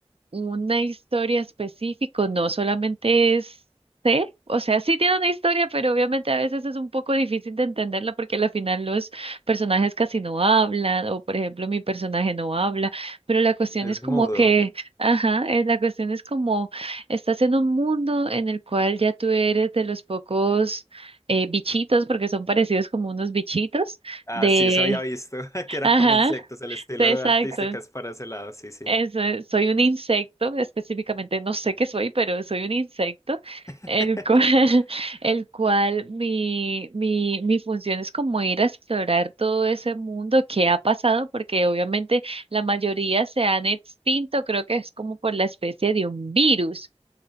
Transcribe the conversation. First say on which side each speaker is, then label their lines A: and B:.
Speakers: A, on the right; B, on the left.
A: una historia específica, no solamente es, sé, o sea, sí tiene una historia, pero obviamente a veces es un poco difícil de entenderla porque al final los personajes casi no hablan, o por ejemplo mi personaje no habla, pero la cuestión
B: Es
A: es como
B: mudo.
A: que, ajá, eh, la cuestión es como estás en un mundo en el cual ya tú eres de los pocos eh, bichitos, porque son parecidos como unos bichitos
B: Ah,
A: de,
B: sí, eso había visto, <laughs> que eran
A: ajá,
B: como insectos, el estilo
A: exacto.
B: artística es para ese lado, sí, sí.
A: Eso es, eh, soy un insecto, específicamente no sé qué soy, pero soy un insecto,
B: <laughs>
A: el cual, <laughs> el cual mi, mi, mi función es como ir a explorar todo ese mundo que ha pasado, porque obviamente la mayoría se han extinto, creo que es como por la especie de un virus.